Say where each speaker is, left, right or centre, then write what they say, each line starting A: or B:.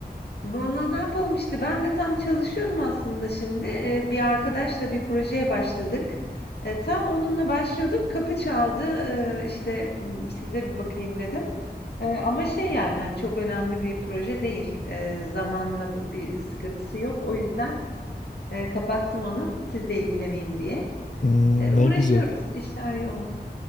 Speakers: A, on the left; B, on the left.
A: Vallahi ne yapalım işte ben de tam çalışıyordum aslında şimdi. E, bir arkadaşla bir projeye başladık. E, tam onunla başlıyorduk. Kapı çaldı. E, işte m, size bir bakayım dedim. E, ama şey yani hani çok önemli bir proje değil. E, zamanla bir sıkıntısı yok. O yüzden Eee, kapattım onu sizle ilgileneyim diye.
B: Hmm,
A: Eee,
B: ne
A: uğraşıyoruz.
B: güzel,
A: İşler yoğun.